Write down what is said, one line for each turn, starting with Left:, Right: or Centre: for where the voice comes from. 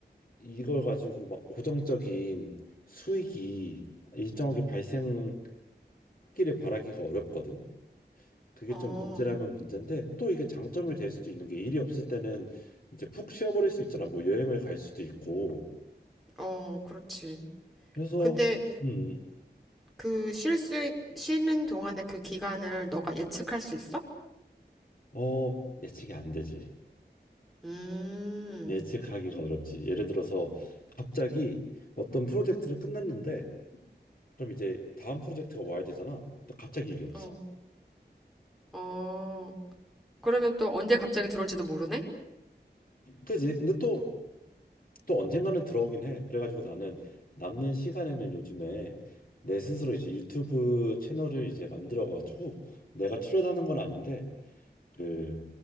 Left: 이걸 가지고 막 고정적인 수익이 일정하게 발생하기를 바라기가 어렵거든. 그게
Centre: 어,
Left: 좀 문제라면 문제인데 또 이게 장점이 될 수도 있는 게 일이 없을 때는 이제 푹 쉬어버릴 수 있잖아. 뭐 여행을 갈 수도 있고.
Centre: 어, 그렇지.
Left: 그래서
Centre: 근데
Left: 음,
Centre: 그 쉴 수, 쉬는 동안에 그 기간을 너가 예측할 수 있어?
Left: 어, 예측이 안 되지.
Centre: 음,
Left: 예측하기가 어렵지. 예를 들어서 갑자기 어떤 프로젝트를 끝냈는데 그럼 이제 다음 프로젝트가 와야 되잖아. 근데 갑자기 일이 없어.
Centre: 어, 어. 그러면 또 언제 갑자기 들어올지도 모르네?
Left: 그지? 근데 또 또 언젠가는 들어오긴 해. 그래가지고 나는 남는 시간에는 요즘에 내 스스로 이제 유튜브 채널을 이제 만들어가지고 내가 출연하는 건 아닌데 그